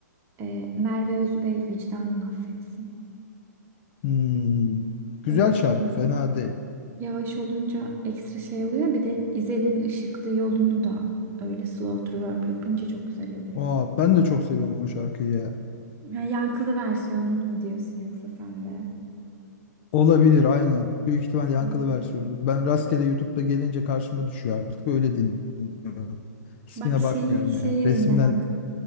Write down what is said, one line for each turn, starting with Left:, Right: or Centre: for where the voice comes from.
Right: Ee, Merve Özbey vicdanın affetsin.
Left: Hmm. Güzel
Right: Böyle
Left: şarkı.
Right: ya,
Left: Fena değil.
Right: yavaş olunca ekstra şey oluyor. Bir de İzel'in Işıklı yolunu da öyle slow reverb yapınca çok güzel oluyor.
Left: Aa, ben de çok seviyorum o şarkıyı ya.
Right: Ha, yankılı versiyonunu mu diyorsun yoksa sen de?
Left: Olabilir aynen. Büyük ihtimal yankılı
Right: Evet.
Left: versiyonudur. Ben rastgele YouTube'da gelince karşıma düşüyor artık. Öyle dinliyorum. İsmine
Right: Bak şeyi
Left: bakmıyorum
Right: şeyi
Left: ya. Resimden
Right: dinle bak.